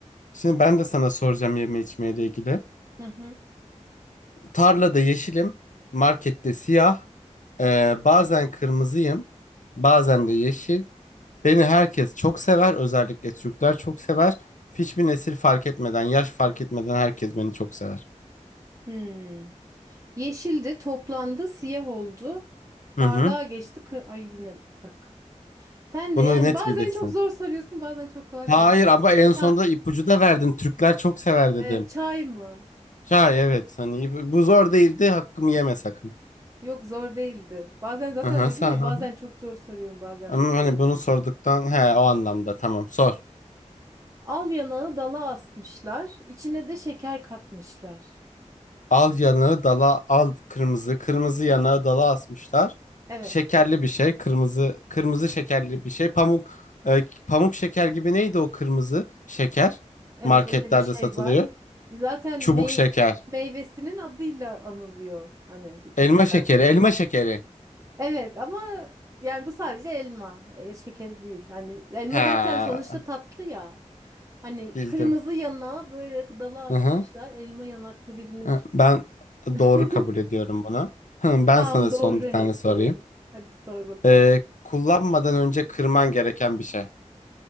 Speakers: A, on the left; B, on the right.
A: Şimdi ben de sana soracağım yeme içmeyle ilgili.
B: hı. hı.
A: Tarlada yeşilim, markette siyah. Ee, bazen kırmızıyım, bazen de yeşil. Beni herkes çok sever, özellikle Türkler çok sever. Hiçbir nesil fark etmeden, yaş fark etmeden herkes beni çok sever.
B: Hmm. Yeşildi, toplandı, siyah oldu.
A: Hı
B: Bardağa
A: hı.
B: geçti. kı- Ay yine bak. Sen
A: Bunu
B: de yani
A: net
B: bazen
A: bilirsin.
B: çok zor soruyorsun, bazen çok kolay soruyorsun.
A: Hayır ama en sonunda
B: Ha,
A: ipucu da verdin. Türkler çok sever dedim.
B: e, çay mı?
A: Ya evet hani ip- bu zor değildi hakkımı yeme sakın.
B: Yok zor değildi. Bazen zaten
A: Hı hı,
B: dedim
A: sen,
B: ya
A: hı
B: bazen
A: hı.
B: çok zor soruyorum, bazen
A: Ama
B: de
A: hani
B: kolaydı.
A: bunu sorduktan he o anlamda tamam sor.
B: Al yanağı dala asmışlar, içine de şeker katmışlar.
A: Al yanağı dala al kırmızı. Kırmızı yanağı dala asmışlar.
B: Evet,
A: Şekerli bir şey. Kırmızı kırmızı şekerli bir şey. Pamuk e, pamuk şeker gibi neydi o kırmızı şeker?
B: evet
A: Marketlerde
B: öyle bir şey
A: satılıyor.
B: var. Zaten
A: Çubuk
B: mey
A: şeker.
B: meyvesinin adıyla anılıyor. Hani dikkat
A: Elma
B: edersen.
A: şekeri. Elma şekeri.
B: Evet ama yani bu sadece elma, e, şeker değil. Hani elma
A: Ha,
B: zaten sonuçta tatlı ya. Hani
A: bildim.
B: kırmızı yana böyle dala asmışlar.
A: Hı hı.
B: Elma yanaklı birini
A: Hı,
B: düşün.
A: Ben
B: <laughs>
A: doğru kabul ediyorum bunu. Hı, Ben
B: Tamam
A: sana
B: doğru
A: son bir
B: evet
A: tane sorayım.
B: doğru. Hadi sor bakalım.
A: E, kullanmadan önce kırman gereken bir şey.